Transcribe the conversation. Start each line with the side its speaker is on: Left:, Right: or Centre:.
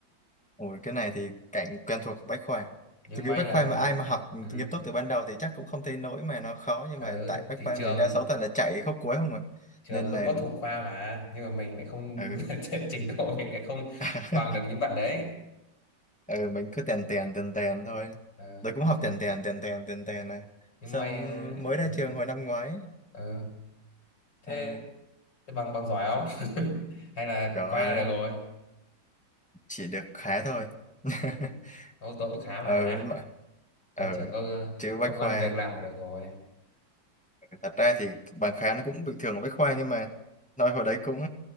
Centre: Ủa, cái này thì cảnh quen thuộc Bách Khoa.
Left: nhưng
Centre: Tôi
Left: may
Centre: nghĩ Bách
Left: là
Centre: Khoa mà ai mà học
Left: ừ,
Centre: nghiêm túc từ ban đầu thì chắc cũng không thấy nỗi mà nó khó nhưng
Left: ờ,
Centre: mà tại Bách
Left: thì
Centre: Khoa
Left: trường
Centre: mình đa số toàn là chạy khúc cuối không mà
Left: trường
Centre: nên là
Left: vẫn có thủ khoa mà nhưng mà mình lại không
Centre: ừ
Left: <laughs> trình độ mình lại không
Centre: <laughs>
Left: bằng được những bạn đấy
Centre: ừ mình cứ tèn tèn tèn tèn thôi.
Left: Ờ,
Centre: Tôi cũng
Left: nhưng,
Centre: học tèn tèn tèn tèn tèn tèn này.
Left: nhưng
Centre: Xong
Left: may
Centre: mới ra
Left: ờ, ờ,
Centre: trường hồi năm ngoái.
Left: ờ. thế
Centre: Ờ,
Left: thế bằng bằng giỏi không <laughs> hay là
Centre: trời
Left: qua
Centre: ơi,
Left: là được rồi
Centre: chỉ được khá thôi. <laughs>
Left: ừ. Ô, tôi cũng khá mà
Centre: ừ đúng mà. Ừ
Left: ra trường có
Centre: chứ Bách
Left: công
Centre: Khoa
Left: ăn việc làm là được rồi
Centre: thật ra thì bằng khái nó cũng bình thường ở Bách Khoa nhưng mà nói hồi đấy cũng